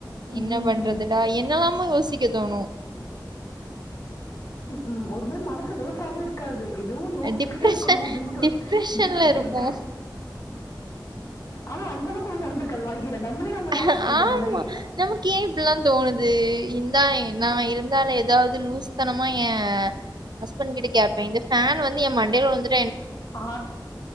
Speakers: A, on the left; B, on the right.
A: ம்.
B: என்ன பண்றதுடா என்ன எல்லாமோ யோசிக்க தோணு
A: உ ஒரும மனசு லேசாவே இருக்காது எதுவு யோசிச்சுக்கிட்டே
B: டிப்ரெஷன்
A: இருக்கணு அப்படின்னுதோ
B: டிப்ரெஷன்ல
A: டிப்ரஷன்
B: இருப்போ
A: ஆனா அந்த அளவுக்கு ஒன்னு நடந்திருக்காது வாழ்கைல நம்மளே நம்ம
B: ஆமா.
A: ஆக்கிக்கிறது அந்த மாரி
B: நமக்கு ஏ இப்டிலா தோணுது இந்தா ஏ நா இருந்தால ஏதாவது லூஸ் தனமா எ ஹஸ்பண்ட் கிட்ட கேப்பே இந்த ஃபேன் வந்து எ மண்டேல வுழுந்துட்
A: ஆ